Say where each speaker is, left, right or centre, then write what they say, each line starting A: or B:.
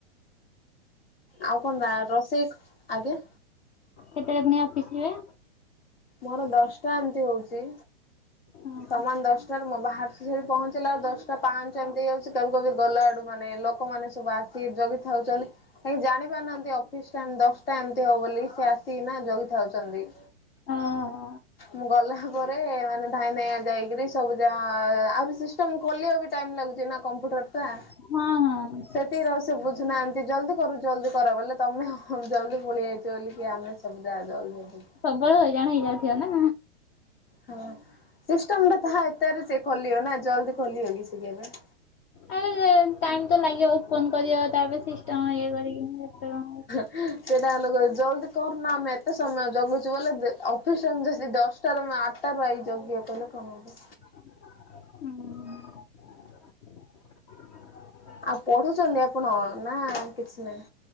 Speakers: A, on the left; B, on the left.
A: ଆଉ କଣ ରୋଷେଇ ଆଜ୍ଞା।
B: କେତେଳେ ପୁଣି ଅଫିସ ଯିବେ?
A: ମୋର ଦଶଟା ଏମିତି ହଉଛି।
B: ହଁ।
A: ସମାନ ଦଶଟାରୁ ମୁଁ ବାହାରୁଛି ଯେ ସେଠି ପହଞ୍ଚିଲା ଦଶଟା ପାଞ୍ଚ ଏମିତି ହେଇଯାଉଛି ତା ଆଡୁ ଗଲା ଆଡୁ ମାନେ ଲକ୍ ଲୋକମାନେ ସବୁ ଆସିିକ ଜଗିଥାଉଛନ୍ତି। କେହିଁ ଜାଣି ପାରୁନାହାନ୍ତି ଅଫିସ ଟାଇମ୍ ଦଶଟା ଏମିତି ହବ ବୋଲି ସିଏ ଆସିକିନା ଜଗିଥାଉଛନ୍ତି।
B: ଆଁ
A: ମୁଁ ଗଲା ପରେ ମାନେ ଧାଇ ନ ଯାଇକିରି ସବୁ ଯା ଆହୁରି ସିଷ୍ଟମ ଖୋଲିବା ବି ଟାଇମ ଲାଗୁଛି ନା କମ୍ପୁଟର ଟା।
B: ହଁ ହଁ
A: ସେଥି ରଶ୍ ସେ ବୁଝୁନାହାନ୍ତି ଜଲଦି କରୁ ଜଲଦି କର ବଲେ ତମେ ଜଲଦି ପଳେଇ ଆଇଛ ବ ବୋଲି କି ଆମେ ସବୁ ଜଲଦି
B: ସବୁବେଳେ ହଇରାଣ ହେଇଯାଉଥିବ ନା?
A: ହଁ ସିଷ୍ଟମ ଟା ତାହା ଏତରେ ସେ ଖୋଲିବ ନା ଜଲଦି ଖୋଲିବ କି ସେ କେବେ?
B: ଆ ଟାଇମ ତ ଲାଗିବ ଓପନ କର ତାପରେ ସିଷ୍ଟମ ଇଏ କରିକି କେତେ କଣ? ହୁଁ
A: ସେଇ ଟାଇମ୍ ରେ କହିବେ ଜଲଦି କରନା ଆମେ ଏତେ ସମୟ ଜଗୁଛୁ ବଲେ ଅଫିସ ଟାଇମ୍ ସେ ଦଶ ଟା <unintelligible>
B: ହୁଁ।
A: ଆଉ ପଢୁଛନ୍ତି ଆପଣ ନା କିଛି ନାହିଁ?